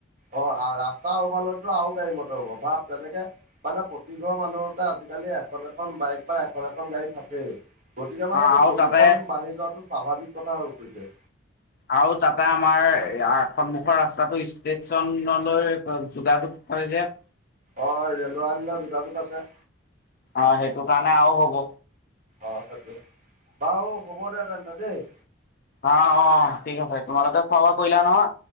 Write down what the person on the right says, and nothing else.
অ' ৰাস্তাৰ আও ভাল হলতো আৰু গাড়ী-মটৰ হব। ভাৱ তেনেকে মানে প্ৰতিঘৰ মানুহতে আজি আজিকালি এখন- এখন বাইক বা এখন -এখন গাড়ী থাকেই। গতিকে মানে
এইটো
প্ৰদূষণ
বাঢ়ি যোৱাটো স্বাভাৱিক কথা হৈ পৰিছে।
অ ৰেল আলিলে যোগাযোগ আছে।
অ' তাতে, বাৰু হ'ব দে তেন্তে দেই।